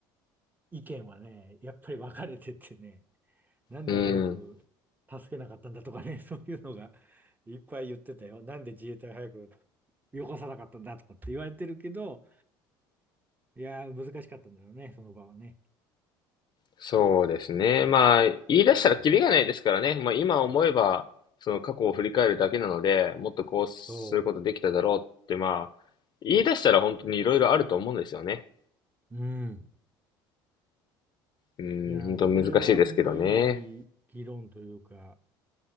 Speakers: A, on the right; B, on the left.
A: 意見はね、やっぱり分かれててね、なんで早く
B: うん。
A: 助けなかったんだとかね、<laughs> そういうのが <laughs> いっぱい言ってたよ。なんで自衛隊早くよこさなかったんだとかって言われてるけど、いやー、難しかったんだろうね、その場はね。
B: そうですね。まあ、言い出したらキリがないですからね。
A: うん。
B: まあ、今思えば、その過去を振り返るだけなので、もっとこうすることできただろうって、
A: そ
B: まあ、言い出したら本当にいろいろあると思うんですよね。
A: う。うん。
B: うん、
A: いやー、
B: 本当難しいですけどね。
A: これは本当いい議論というか、